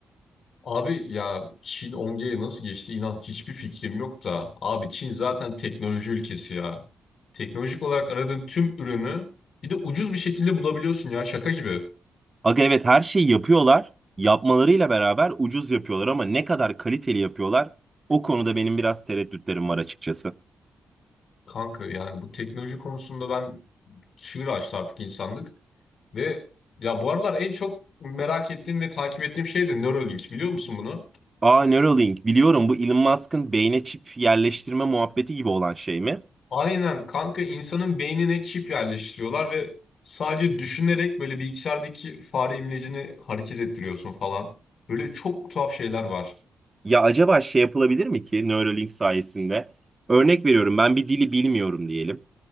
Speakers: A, on the left; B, on the right.
A: Abi ya Çin on gye nasıl geçti inan hiçbir fikrim yok da. Abi Çin zaten teknoloji ülkesi ya. Teknolojik olarak aradığın tüm ürünü bir de ucuz bir şekilde bulabiliyorsun ya şaka gibi.
B: Aga evet her şeyi yapıyorlar. Yapmalarıyla beraber ucuz yapıyorlar ama ne kadar kaliteli yapıyorlar o konuda benim biraz tereddütlerim var açıkçası.
A: Kanka yani bu teknoloji konusunda ben çığır açtı artık insanlık. Ve ya bu aralar en çok merak ettiğim ve takip ettiğim şey de Neuralink biliyor musun bunu?
B: Aa Neuralink biliyorum bu Elon Musk'ın beyne çip yerleştirme muhabbeti gibi olan şey mi?
A: Aynen kanka insanın beynine çip yerleştiriyorlar ve sadece düşünerek böyle bilgisayardaki fare imlecini hareket ettiriyorsun falan. Böyle çok tuhaf şeyler var.
B: Ya acaba şey yapılabilir mi ki Neuralink sayesinde? Örnek veriyorum ben bir dili bilmiyorum diyelim.